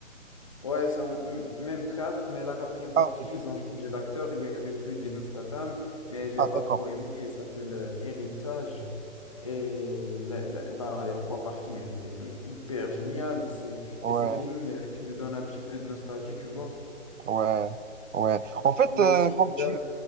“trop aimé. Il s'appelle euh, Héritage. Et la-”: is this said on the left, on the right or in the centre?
Left